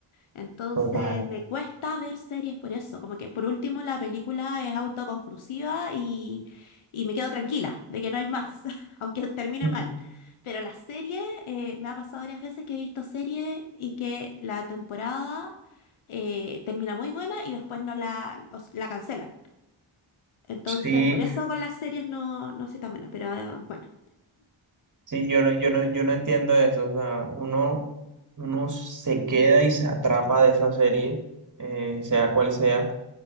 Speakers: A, on the left; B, on the right.
A: Entonces
B: Total.
A: me cuesta ver series por eso, como que por último la película es autoconclusiva y, y me quedo tranquila de que no hay más, <laughs> aunque termine
B: Mm.
A: mal. Pero las series, eh, me ha pasado varias veces que he visto series y que la temporada eh, termina muy buena y después no la, os- la cancelan. Entonces
B: Sí,
A: por eso con las series no, no soy tan buena, pero ah, bueno,
B: sí, yo no, yo no, yo no entiendo eso. O sea, uno, uno se queda y se atrapa de esa serie, eh, sea cual sea.